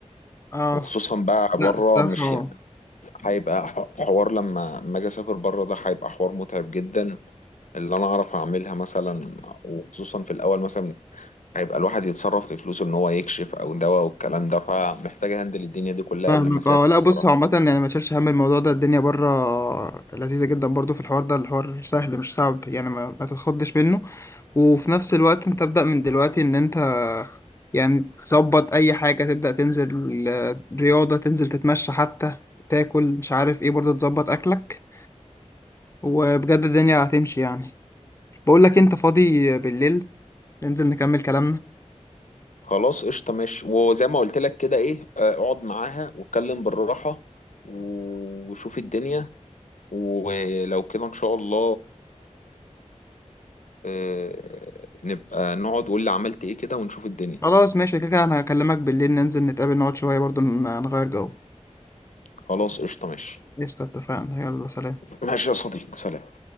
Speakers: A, on the left (about 20°); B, on the left (about 80°).
A: اه
B: وخصوصا بقى بره
A: لا الصراحة
B: مش يعني هيبقى ح- حوار لما لما اجي اسافر بره ده هيبقى حوار متعب جدا اللي انا اعرف اعملها مثلا وخصوصا في الاول مثلا هيبقى الواحد يتصرف في فلوسه ان هو يكشف او دواء والكلام ده فمحتاج اهندل الدنيا دي كلها
A: فاهمك
B: قبل ما اسافر
A: اه لا
B: الصراحة
A: بص هو عامة يعني ما تشيلش هم الموضوع ده الدنيا بره لذيذة جدا برضو في الحوار ده الحوار سهل مش صعب يعني ما, ما تتخضش منه وفي نفس الوقت انت ابدأ من دلوقتي ان انت يعني تظبط اي حاجة تبدأ تنزل آه، رياضة تنزل تتمشى حتى تاكل مش عارف ايه برضو تظبط اكلك وبجد الدنيا هتمشي يعني بقول لك انت فاضي بالليل ننزل نكمل كلامنا
B: خلاص قشطة ماشي وزي ما قلت لك كده ايه آه، اقعد معاها واتكلم بالراحة وشوف الدنيا ولو كده ان شاء الله آه، نبقى نقعد وقول لي عملت ايه كده ونشوف الدنيا
A: خلاص ماشي كده كده انا هكلمك بالليل ننزل نتقابل نقعد شوية برضو ن- نغير جو
B: خلاص قشطة ماشي
A: قشطة اتفقنا يلا سلام
B: ماشي يا صديقي سلام